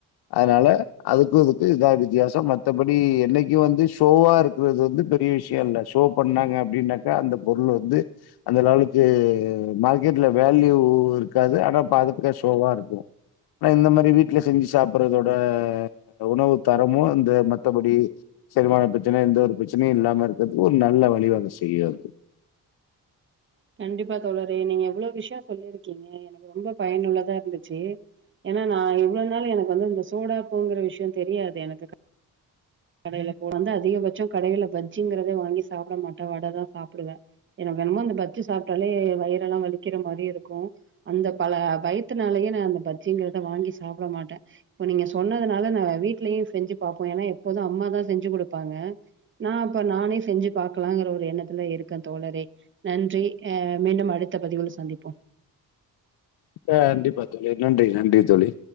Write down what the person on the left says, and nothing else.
அதனால அதுக்கு அதுக்கு இதா வித்தியாசம் மத்தபடி என்னைக்கும் வந்து ஷோவா இருக்கறது வந்து பெரிய விஷ்ய இல்ல ஷோ பண்ணாங்க அப்டின்னாக்க அந்த பொருளு வந்து அந்த லெவலுக்கு மார்கெட்ல வேல்யூ இருக்காது ஆனா பாதுக்க ஷோவா இருக்கும் ஆனா இந்த மாரி வீட்ல செஞ்சு சாப்புறதோட உணவுத்தரமு இந்த மத்தபடி செரிமான பிரச்சன எந்தவொரு பிரச்சனையு இல்லாம இருக்கறது ஒரு ந ல்ல வழி க்ஷவக செய்யு அது
ஆ கண்டிப்பா தோழி நன்றி நன்றி தோழி